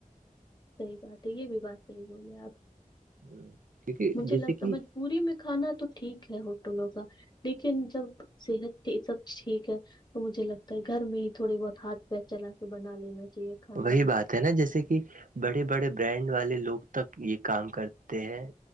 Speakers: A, on the left; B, on the right.
A: صحی بات ہے یہ بھی بات صحیح بولے آپ
B: کیونکہ
A: مجھے
B: جیسے
A: لگتا
B: کہ
A: م پوری میں کھانا تو ٹھیک ہے ہوٹلوں کا لیکن جب صحت سب ٹھیک ہے تو مجھے لگتا ہے گھر میں ہی تھوڑے بہت ہاتھ پیر چلا کے بنا لینا چاہیے کھانا
B: وہی بات ہے نا جیسے کہ بڑے بڑے برانڈ والے لوگ تک یہ کام کرتے ہیں